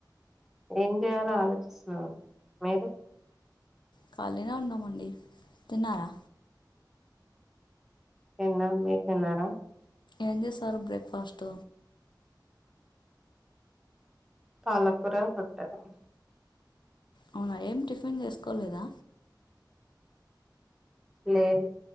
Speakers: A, in the centre; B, on the left.
A: ఏం చేయాలో ఆలోచిస్తున్నాను మీరు
B: ఖాళీనా ఉన్నామండి తిన్నారా
A: తిన్నం మీర్ తిన్నారా
B: ఏం చేసారు బ్రేక్ఫాస్ట్
A: పాలకుర కొట్టారు
B: అవునా ఏం టిఫిన్ చేసుకోలేదా
A: లేదు